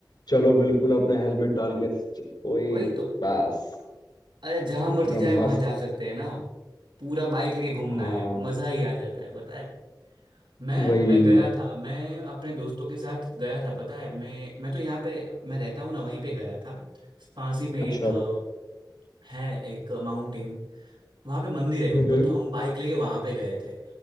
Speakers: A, on the left; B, on the right.
A: चलो बिल्कुल अपने हेलमेट डाल के च- कोई
B: वही तो
A: बस
B: अरे जहां मर्जी
A: एकदम
B: जाए वहां
A: मस्त
B: जा सकते हैं ना हम पूरा बाइक लेके घूमना
A: हाँ
B: है मजा ही आ जाता है पता है मैं
A: वही
B: मैं गया था मैं अपने दोस्तों के साथ गया था पता है मैं मैं तो यहाँ पे मैं रहता हूँ ना वहीं पे गया था पास ही में एक
A: अच्छा
B: अ, है एक माउंटेन वहां पे मंदिर है
A: हम्म
B: ऊपर
A: हम्म,
B: तो हम बाइक लेके वहां पे गए थे